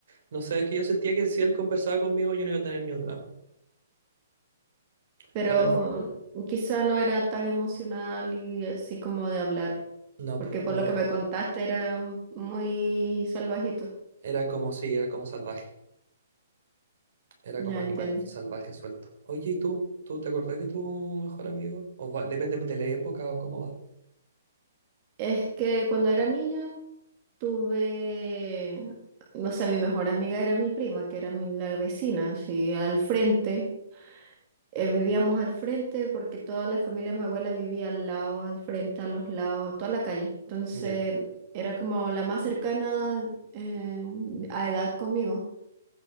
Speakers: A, on the right; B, on the right.
A: no sé, es que yo sentía que si él conversaba conmigo yo no iba a tener ni un drama.
B: Pero
A: Bueno, en fin,
B: quizá no era tan emocional y así como de hablar,
A: no,
B: porque
A: pues,
B: por
A: no.
B: lo que me contaste era mm, muy salvajito.
A: Era como, sí, era como salvaje, era
B: Ya
A: como animal
B: entiendo.
A: salvaje suelto. Oye, ¿y tú? ¿Tú te acordás de tu mejor amigo? O va- depende de la época o cómo va.
B: Es que cuando era niña... tuve, o sea, mi mejor amiga era mi prima, que era mi- la vecina, así al frente. Eh, vivíamos al frente porque toda la familia de mi abuela vivía al lado, al frente, a los lados, toda la calle. Entonces
A: Ya.
B: era como la más cercana eh, a edad conmigo.